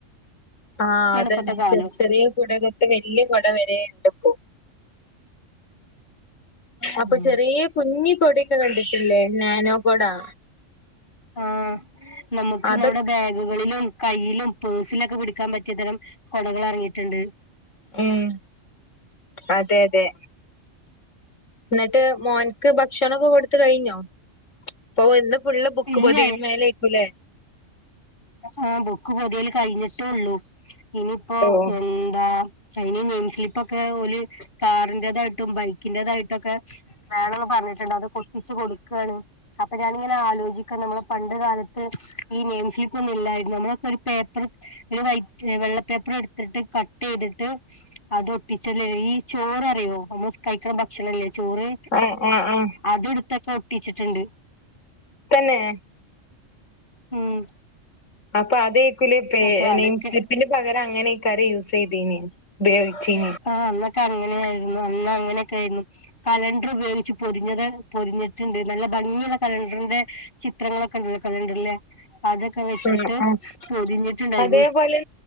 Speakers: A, on the left; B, on the left.
A: ആഹ് അതന്നെ
B: ഇപ്പത്തെ കാലം
A: ചെറിയ ചെറിയ കുട തൊട്ട് വല്യ കുട വരെയ്ണ്ട് ഇപ്പോ അപ്പൊ
B: ഉം
A: ചെറിയ കുഞ്ഞി കൊടയൊക്കെ കണ്ടിട്ടില്ലേ നാനോക്കൊടാ
B: ആഹ് നമുക്ക്
A: അതൊ
B: നമ്മുടെ ബാഗുകളിലും കയ്യിലും പേഴ്സിലൊക്കെ പിടിക്കാൻ പറ്റിയതരം കൊടകളെറങ്ങിട്ട്ണ്ട്.
A: ഏഹ്, അതെ അതെ. ഇന്നട്ട് മോൻക്ക് ഭക്ഷണൊക്കെ കൊടുത്ത് കഴിഞ്ഞോ ഓഹ് ഇന്ന് ഫുള്ള് ബുക്ക്
B: ഇല്ല
A: പൊതിയെൽമേക്കൂലേ
B: ആഹ് ബുക്ക് പൊതിയല് കഴിഞ്ഞിട്ടേ ഉള്ളു ഇനിയിപ്പോ
A: ഓഹ്
B: എന്താ അതിനീ നെയിം സ്ലിപ്പൊക്കെ ഓല് കാറിന്റെതായിട്ടും ബൈക്കിന്റെതായിട്ടൊക്കെ വേണന്ന് പറഞ്ഞിട്ടുണ്ട് അതൊക്കെ ഒട്ടിച്ച് കൊടുക്കാണ് അപ്പൊ ഞാനിങ്ങനെ ആലോചിക്കും നമ്മള് പണ്ട് കാലത്ത് ഈ നെയിം സ്ലി പ്പൊന്നും ഇല്ലായിരുന്നു നമ്മളൊക്കെ ഒരു പേപ്പറ് ഒരു വൈറ്റ് വെള്ള പേപ്പറ് എടുത്തിട്ട് കട്ടെയ്തിട്ട് അതൊട്ടിച്ചല്ലെ ഈ ചോററിയോ അമ്മള് കഴിക്കണ ഭക്ഷണല്ലേ ചോറ്
A: ആഹ് ആഹ് ആഹ്
B: അതെടുത്തൊക്കെ ഒട്ടിച്ചിട്ട്ണ്ട്
A: തന്നെ
B: ഉം
A: ഇപ്പൊ അത് ഏക്കൂലേ പേ
B: അപ്പൊ അതൊക്കെ
A: നെയിം സ്ലിപ്പിന് പകരം അങ്ങനെക്കാര് യൂസ് ചെയ്തീന് ഉപയോഗിച്ചീന്
B: ആഹ് അന്നൊക്കെ അങ്ങനെയായിരുന്നു അന്ന് അങ്ങനെയൊക്കെ ആയിരുന്ന് കലണ്ടർ ഉപയോഗിച്ച് പൊതിഞ്ഞത് പൊതിഞ്ഞിട്ടുണ്ട് നല്ല ഭംഗിയുള്ള കലണ്ടറിന്റെ ചിത്രങ്ങളൊക്കെ ഉള്ള കലണ്ടറിലേ അതൊക്കെ വെച്ചിട്ട്
A: ആഹ് ആഹ്
B: പൊതിഞ്ഞിട്ടുണ്ടായിരുന്നു
A: അതേപോലെ